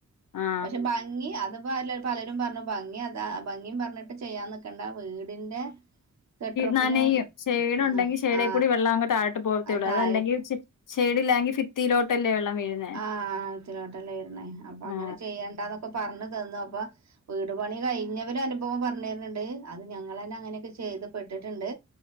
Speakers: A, on the left; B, on the right.
A: ആ
B: പക്ഷെ ഭംഗി അത്പ്പല്ല പലരും പറഞ്ഞു ഭംഗി അത ഭംഗിയ പറഞ്ഞിട്ട് ചെയ്യാൻ നക്കേണ്ട വീടിന്റെ കെട്ടുറപ്പിനും
A: നനേയും ഷേഡ്
B: ഉം,
A: ഉണ്ടെങ്കിൽ ഷേടേ
B: ആ ആ
A: കൂടി വെള്ളം അങ്ങ് താഴട്ട് പോവത്തേ
B: അത്
A: ഉള്ളൂ
B: താഴെ
A: അല്ലെങ്കിൽഷഡില്ലല്ലെങ്കിൽ ഫിത്തിയിലോട്ടല്ലേ വള്ളം വീഴുന്നത്
B: ആഹ് ഉത്തിലിലോട്ടല്ലേ വരുന്നേ അപ്പൊ അങ്ങനെ
A: ആ
B: ചെയ്യേണ്ടന്നൊക്കെ പറഞ്ഞു തന്നു അപ്പൊ വീട് പണി കഴിഞ്ഞവര് അനുഭവം പറഞ്ഞ തണ്ട് അത് ഞങ്ങൾ തന്നെ അങ്ങനെയൊക്കെ ചെയ്ത്പെട്ടിട്ടുണ്ട്